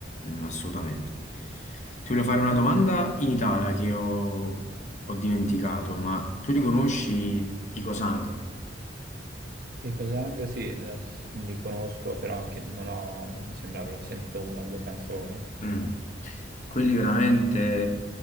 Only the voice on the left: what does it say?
Mm, assolutamente. Ti voglio fare una domanda in Italia che ho, ho dimenticato, ma tu li conosci i Cosang?
Mm. Quelli veramente